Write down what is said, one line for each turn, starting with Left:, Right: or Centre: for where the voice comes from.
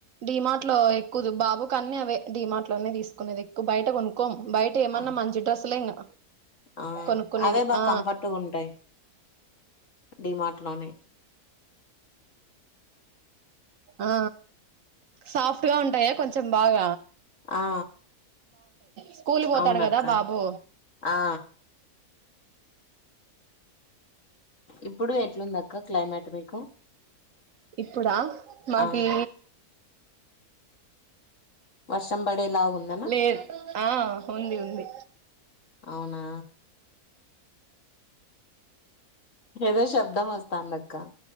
Right: డిమార్ట్ లో ఎక్కువ బాబు క అన్న అవే డిమార్ట్ లోనే తీసుకునేది ఎక్కువ బయట కొనుక్ కోమ్ బయట ఏమన్నా
Left: ఆ
Right: మంచి డ్రస్సులే ఇంగ
Left: ఆ
Right: కొనుక్కునేది
Left: అవే బా
Right: ఆ
Left: కంఫర్ట్గా ఉంటాయి డిమార్ట్ లోనే
Right: ఆ సాఫ్ట్ గ ఉంటాయ కొంచెం బాగ
Left: ఆ
Right: స్కూల్ పోతాడు
Left: అవునక్క
Right: కదా బాబు
Left: ఆ ఇప్పుడు ఎట్లుందక్క క్లైమాట్ మీకు
Right: ఇప్పుడా మాకి
Left: ఆ వర్షం పడేలాగుందనా
Right: లెద్ ఆ ఉంది ఉంది
Left: అవునా ఏదో శబ్దం వస్తాంది అక్క